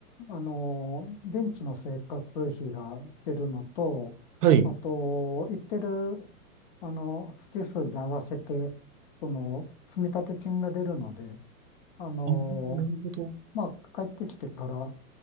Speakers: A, on the left; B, on the right.
A: あの、現地の生活費が出るのと、
B: はい。
A: あと、行ってる、あの、月数に合わせて、その、積立金が出るので、あの、
B: あ、なるほど。
A: まあ、帰ってきてから、